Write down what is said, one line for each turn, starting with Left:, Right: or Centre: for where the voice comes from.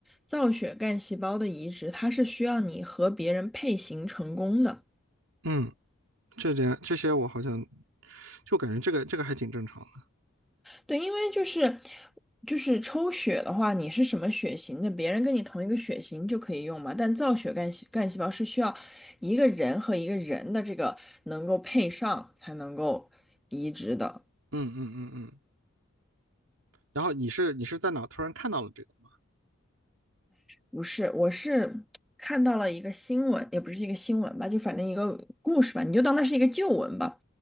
Centre: 造血干细胞的移植，它是需要你和别人配型成功的。
Right: 嗯，这点这些我好像就感觉这个这个还挺正常的。
Centre: 对，因为就是就是抽血的话，你是什么血型的，别人跟你同一个血型就可以用嘛。但造血干细干细胞是需要一个人和一个人的这个能够配上才能够移植的。
Right: 嗯嗯嗯嗯。然后你是你是在哪突然看到了这个吗？
Centre: 不是，我是看到了一个新闻，也不是一个新闻吧，就反正一个故事吧，你就当它是一个旧闻吧。